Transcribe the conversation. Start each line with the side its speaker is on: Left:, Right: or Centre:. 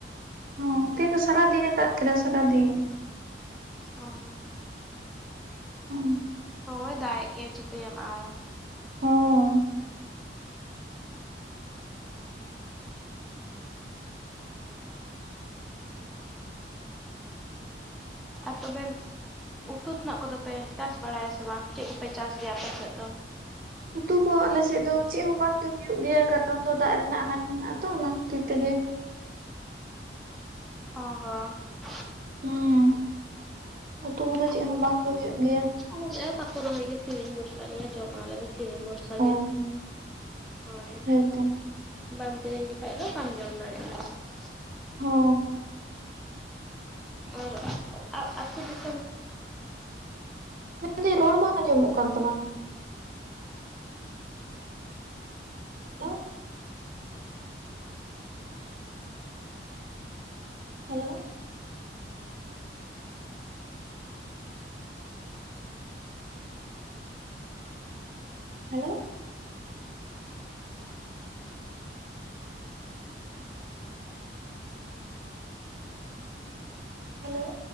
Right: ᱦᱚᱸ ᱛᱤᱦᱤᱞ ᱫᱚ ᱥᱟᱨᱟ ᱫᱤᱱᱮ ᱫᱟᱜ ᱠᱮᱫᱟ ᱥᱟᱨᱟ ᱫᱤᱱ ᱾
Centre: ᱚᱻ
Right: ᱦᱚᱸᱜᱼᱚ
Centre: ᱦᱳᱭ ᱫᱟᱜᱮᱫ ᱜᱮᱭᱟᱭ ᱪᱤᱠᱟᱹᱭᱟᱢᱟ
Right: ᱦᱩᱸ ᱾
Centre: ᱟᱨ ᱛᱚᱵᱮ ᱩᱛᱩ ᱛᱮᱱᱟᱜ ᱠᱚᱫᱚᱯᱮ ᱪᱟᱥ ᱵᱟᱲᱟᱭᱟ ᱥᱮ ᱵᱟᱝ ᱪᱮᱫ ᱠᱚᱯᱮ ᱪᱟᱥ ᱜᱮᱭᱟ ᱟᱯᱮᱥᱮᱫ ᱫᱚ?
Right: ᱩᱛᱩ ᱠᱚ ᱟᱞᱮᱥᱮᱫ ᱫᱚ ᱪᱮᱫ ᱦᱚᱸ ᱵᱟᱝ ᱜᱮ ᱦᱩᱭᱩᱜ ᱜᱮᱭᱟ ᱠᱟᱴᱚᱱ ᱫᱚ ᱫᱟᱜ ᱨᱮᱱᱟᱜ ᱟᱱᱟᱴ ᱢᱮᱱᱟᱜᱼᱟ ᱛᱚ ᱚᱱᱟ ᱠᱷᱟᱛᱤᱨ ᱛᱮᱜᱮ ᱾
Centre: ᱚ ᱦᱚᱸ ᱾
Right: ᱦᱩᱸ ᱩᱛᱩ ᱠᱚᱫᱚ
Centre: ᱟᱞᱮ
Right: ᱪᱮᱫ ᱦᱚᱸ
Centre: ᱥᱮᱫ
Right: ᱵᱟᱝᱜ
Centre: ᱫᱚ
Right: ᱦᱩᱭᱩᱜ ᱜᱮᱭᱟ ᱾
Centre: ᱟᱞᱮ ᱪᱮᱛ ᱦᱚ ᱵᱟᱠᱩ ᱨᱚᱦᱚᱭ ᱜᱮᱛᱮ ᱠᱤᱨᱤᱧ ᱵᱷᱚᱨᱥᱟ ᱜᱮᱞᱮ ᱡᱚᱢᱟ ᱟᱞᱮ ᱫᱚ ᱠᱤᱨᱤᱧ ᱵᱷᱚᱨᱥᱟ
Right: ᱦᱮᱸ
Centre: ᱜᱮ ᱾ ᱦᱳᱭ
Right: ᱦᱮᱸᱛᱚ
Centre: ᱵᱟᱢ ᱠᱤᱨᱤᱧ ᱞᱮᱠᱷᱟᱡ ᱫᱚ ᱵᱟᱢ ᱡᱚᱢ ᱫᱟᱲᱮᱭᱟᱜᱼᱟ ᱚᱱᱠᱟ ᱾
Right: ᱦᱚ᱾
Centre: ᱮᱨ ᱚᱜ ᱟᱜ ᱟᱹᱛᱩᱳ ᱫᱤᱥᱚᱢ
Right: ᱢᱮᱱᱫᱟᱹᱧ ᱨᱚᱲ ᱵᱟᱝ ᱟᱸᱡᱚᱢᱚᱜ ᱠᱟᱱ ᱛᱟᱢᱟ ᱾ Hello, hello, hello, hello.